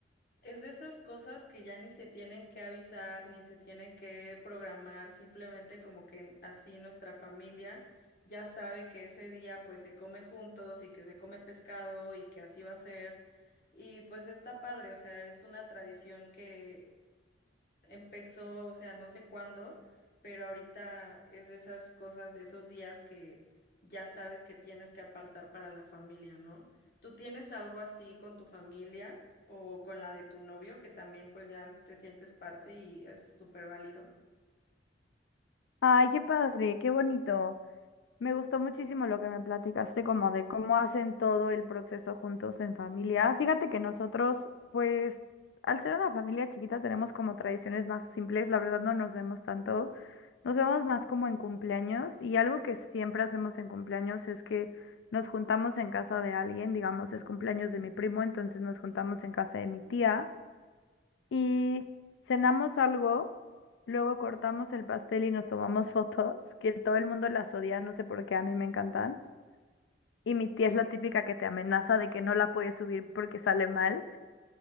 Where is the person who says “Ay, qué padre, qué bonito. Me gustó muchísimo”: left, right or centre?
Left